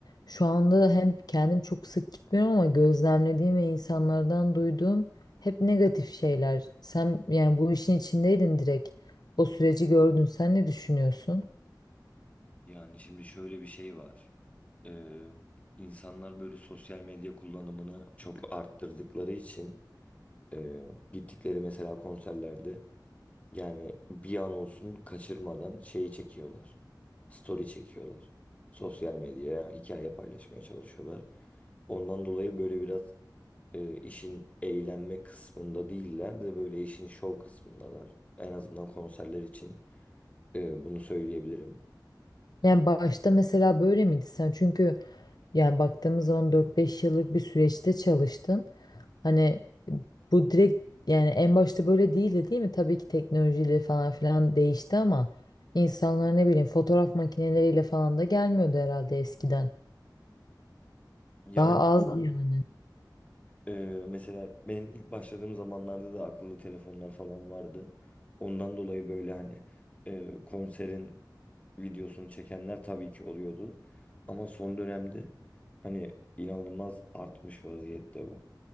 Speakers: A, on the left; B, on the left.
A: Şu anda hem kendim çok sık gitmiyorum ama gözlemlediğim ve insanlardan duyduğum hep negatif şeyler. Sen yani bu işin içindeydin direkt. O süreci gördün. Sen ne düşünüyorsun?
B: Yani şimdi şöyle bir şey var. Ee, insanlar böyle sosyal medya kullanımını çok arttırdıkları için e, gittikleri mesela konserlerde yani bir an olsun kaçırmadan şeyi çekiyorlar. Story çekiyorlar. Sosyal medyaya hikaye paylaşmaya çalışıyorlar. Ondan dolayı böyle biraz e, işin eğlenme kısmında değiller de böyle işin şov kısmındalar. En azından konserler için e, bunu söyleyebilirim.
A: Yani başta mesela böyle miydi sen? Çünkü yani baktığımız zaman dört beş yıllık bir süreçte çalıştın. Hani bu direkt yani en başta böyle değildi değil mi? Tabii ki teknolojiyle falan filan değişti ama insanlar ne bileyim fotoğraf makineleriyle falan da gelmiyordu herhalde eskiden.
B: Yani
A: Daha az. yani.
B: Ee, mesela benim ilk başladığım zamanlarda da akıllı telefonlar falan vardı. Ondan dolayı böyle hani e, konserin videosunu çekenler tabii ki oluyordu. Ama son dönemde hani inanılmaz artmış vaziyette bu.